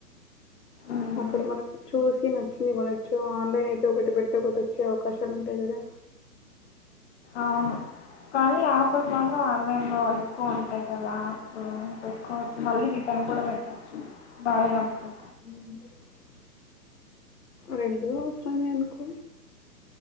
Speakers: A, on the left; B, on the left.
A: మ్మ్
B: అక్కడ మనం చూసి నచ్చింది కొనొచ్చు ఆన్లైన్ అయితే ఒకటి పెడితే ఒకటి వచ్చే అవకాశాలు ఉంటాయి కదా
A: అవును కానీ ఆఫర్స్ మాత్రం ఆన్లైన్ లో ఎక్కువ ఉంటాయి కదా ఆప్ పెట్టుకోవచ్చు మళ్ళీ రిటర్న్ రిటర్న్ పెట్టొచ్చు బాగాలేనప్పుడు
B: ఉ రెండ అట్లనే అనుకో